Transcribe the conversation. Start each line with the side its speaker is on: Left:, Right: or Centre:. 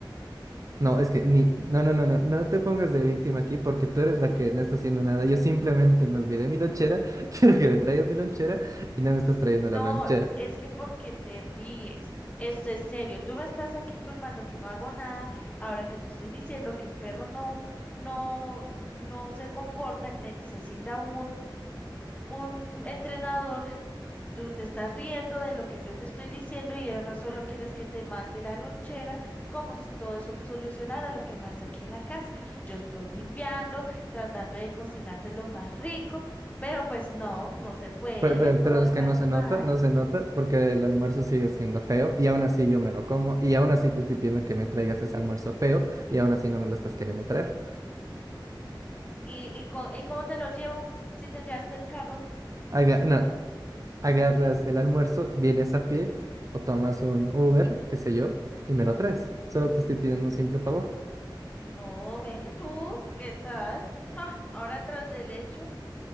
Right: No, es que ni, no, no, no, no, no te pongas de víctima aquí porque tú eres la que no está haciendo nada. Yo simplemente me olvidé mi lonchera, <laughs> quiero que me traigas mi lonchera y no me estás trayendo
Left: No,
Right: la lonchera.
Left: n- es que porque te ríes. Esto es serio. Tú me estás aquí culpando que no hago nada, ahora que te estoy diciendo que el perro no, no, no se comporta, que necesita un, un entrenador. Tú te estás riendo de lo que yo te estoy diciendo y ahora solo quieres que te mande la lonchera como si todo eso fu- solucionara lo que pasa aquí en la casa. Yo estoy limpiando, tratando de cocinarte lo más rico, pero pues no, no se puede,
Right: Pe- pe-
Left: todo
Right: Pero, es
Left: parece
Right: que no se
Left: mal.
Right: nota, no se nota porque el almuerzo sigue siendo feo y aún así yo me lo como y aún así te estoy pidiendo que me traigas ese almuerzo feo y aún así no me lo estás queriendo traer.
Left: ¿Y, y, co- y cómo te lo llevo? Si te llevaste el carro.
Right: Haga- no, agarras el almuerzo, vienes a pie o tomas un Uber, qué sé yo, y me lo traes. Solo te estoy pidiendo un simple favor.
Left: No, ven y tú, ¿qué tal? Ja, ahora tras del hecho,